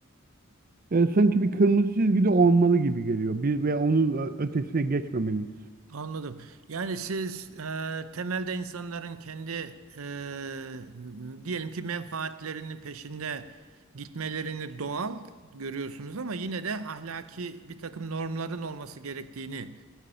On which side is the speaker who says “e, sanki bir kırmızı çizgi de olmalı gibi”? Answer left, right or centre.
Right